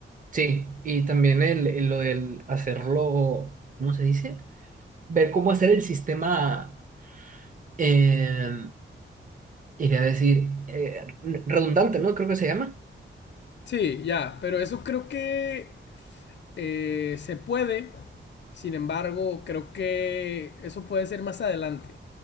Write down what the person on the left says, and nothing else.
Sí, ya, pero eso creo que eh, se puede, sin embargo, creo que eso puede ser más adelante.